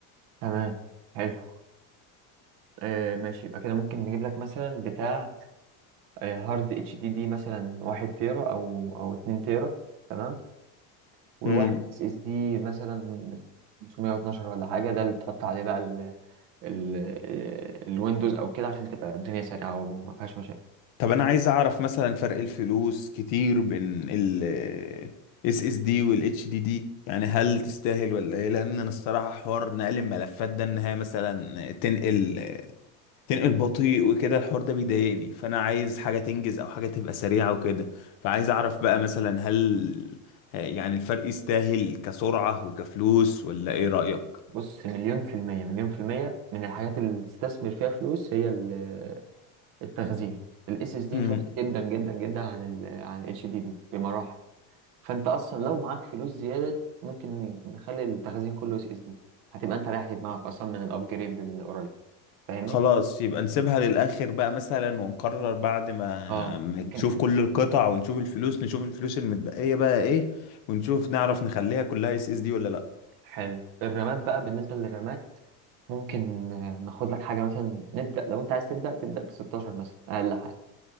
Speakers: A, on the right; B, on the left.
A: تمام حلو آه ماشي يبقى كده ممكن نجيب لك مثلا بتاع هارد اتش دي دي مثلا واحد تيرا او او اتنين تيرا تمام وواحد
B: مم.
A: اس اس دي مثلا 512 ولا حاجه ده اللي تحط عليه بقى ال ال الويندوز او كده عشان تبقى الدنيا سريعه وما فيهاش مشاكل
B: طب انا عايز اعرف مثلا فرق الفلوس كتير بين ال اس اس دي وال اتش دي دي يعني هل تستاهل ولا ايه لان انا الصراحه حوار نقل الملفات ده انها مثلا تنقل تنقل بطيء وكده الحوار ده بيضايقني فانا عايز حاجه تنجز او حاجه تبقى سريعه وكده فعايز اعرف بقى مثلا هل يعني الفرق يستاهل كسرعه وكفلوس ولا ايه رايك
A: بص مليون في المية مليون في المية من الحاجات اللي تستثمر فيها فلوس هي ال- التخزين الاس اس دي
B: امم
A: فرق جدا جدا جدا عن ال عن اتش دي دي بمراحل فانت اصلا لو معاك فلوس زياده ممكن ن- نخلي التخزين كله اس اس دي هتبقى انت ريحت دماغك اصلا من الابجريد القريب فاهمني
B: خلاص يبقى نسيبها للآخر بقى مثلا ونقرر بعد ما
A: اه
B: ما نشوف
A: ممكن
B: كل القطع ونشوف الفلوس نشوف الفلوس المتبقية بقى ايه ونشوف نعرف نخليها كلها اس اس دي ولا لا
A: حلو الرامات بقى بالنسبه للرامات ممكن آه، ناخد لك حاجه مثلا نبدا لو انت عايز تبدا تبدا ب 16 مثلا اقل حاجه